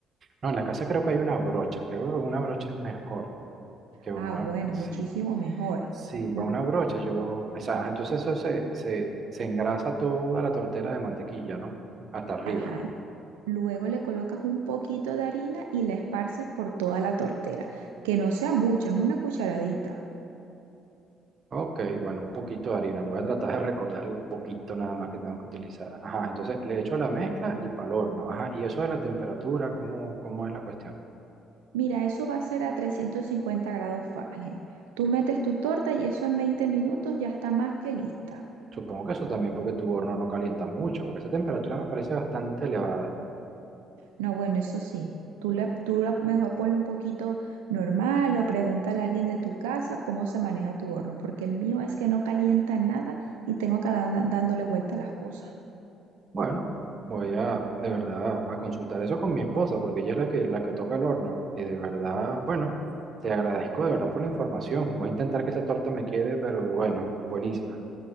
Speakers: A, on the right; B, on the right.
A: No, en la casa creo que hay una brocha, creo que con una brocha es mejor que una,
B: Ah, bueno,
A: sí,
B: muchísimo mejor.
A: sí, con
B: L-
A: una brocha yo, o sea, entonces eso se, se, se engrasa toda la tortera de mantequilla, ¿no? Hasta arriba.
B: Ajá. Luego le colocas un poquito de harina y la esparces por toda la tortera. Que no sea mucha, es una cucharadita.
A: Ok, bueno, un poquito de harina. Voy a tratar de recordar el poquito nada más que tengo que utilizar. Ajá, entonces le echo la mezcla y para el horno. Ajá, y eso de la temperatura, ¿cómo, cómo es la cuestión?
B: Mira, eso va a ser a 350 grados Fahrenheit. Tú metes tu torta y eso en 20 minutos ya está más que lista.
A: Supongo que eso también porque tu horno no calienta mucho, porque esa temperatura me parece bastante elevada.
B: No, bueno, eso sí. Tú, le, tú la- mejor ponle un poquito normal o pregúntale a alguien de tu casa cómo se maneja tu horno, porque el mío es que no calienta nada y tengo que dar- dándole vuelta a las cosas.
A: Bueno, voy a de verdad a consultar eso con mi esposa, porque ella es la que, la que toca el horno. Y de verdad, bueno, te agradezco de verdad por la información. Voy a intentar que esa torta me quede, pero bueno, buenísima.